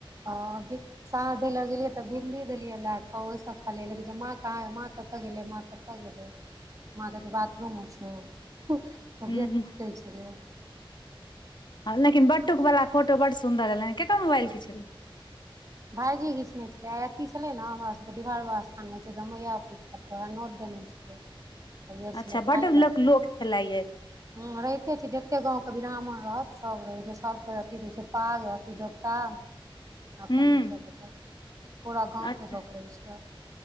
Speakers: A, on the right; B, on the left.
A: ह सांझ दे लै गेलियै तऽ बिन्दी देलियै लए क ओहिसँ खालिया लगै छै माँ कह माँ कतऽ गेलै माँ कतऽ गेलै माँ कहै छै बाथरूम मे छौ तऽ
B: हूँ
A: ओ गेट पिटै छलैया
B: हँ लेकिन बटुकवला फोटो बड्ड सुन्दर एलै ककर मोबाइलके छलै
A: भाईजी घीचने छलै आ अथी छलै ने हमरा सबके डिहबार बाबा स्थानमे मैया पूजत नव कने छलै हरीयर छलै
B: अच्छा बड्ड
A: खाय
B: लोक
A: लऽ त
B: लोक छले ये
A: ह्म रहिते छै जते गाँंव के बिराह्मण सब रहै छै सबके अथी दै छै पाग अथि दूपटा
B: हूँ
A: पानि सब देलक पूरा गाँवके
B: अच्छा
A: लोक रहै छै